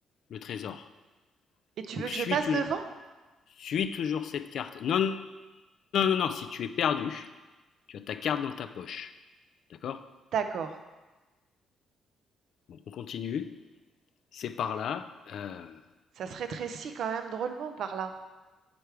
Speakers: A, on the left; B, on the right.
A: le trésor.
B: Et tu
A: Donc
B: veux que
A: suis
B: je passe
A: touj
B: devant?
A: suis toujours cette carte. Non, non, non, non, si tu es perdu, tu as ta carte dans ta poche, d'accord?
B: D'accord.
A: Bon, on continue, c'est par là, heu,
B: Ça se rétrécit quand même drôlement par là.